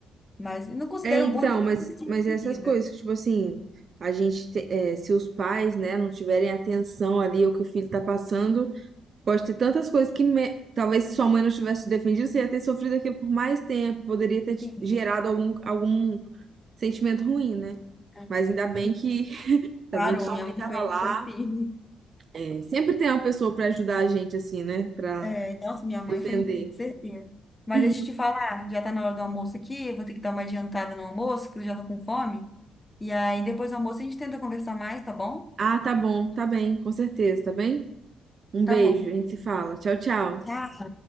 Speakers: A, on the left; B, on the right.
A: Mas não considero
B: É, então,
A: bullying porque
B: mas,
A: eu não me sentia
B: mas
A: ofendida.
B: essas coisas, tipo assim, a gente, te- é, se os pais, né, não tiverem atenção ali ao que o filho tá passando, Pode ter tantas coisas que me- talvez se sua mãe não tivesse te defendido, você ia ter sofrido aquilo por mais tempo, poderia ter te
A: Sim.
B: gerado algum, algum sentimento ruim, né?
A: Aí,
B: Mas ainda bem
A: Pois
B: que,
A: é.
B: <laughs>
A: Parou,
B: ainda bem que sua
A: minha
B: mãe
A: mãe
B: estava
A: foi,
B: lá.
A: foi firme.
B: É, sempre tem uma pessoa para ajudar a gente, assim, né? Para
A: É, nossa, minha
B: defender.
A: mãe foi certeira. Mas
B: <laughs>
A: deixa eu te falar, já tá na hora do almoço aqui, eu vou ter que dar uma adiantada no almoço, que eu já tô com fome. E aí, depois do almoço, a gente tenta conversar mais, tá bom?
B: Ah, tá bom, tá bem, com certeza, tá bem? Um
A: Tá
B: beijo,
A: bom.
B: a gente se fala. Tchau, tchau.
A: Tchau.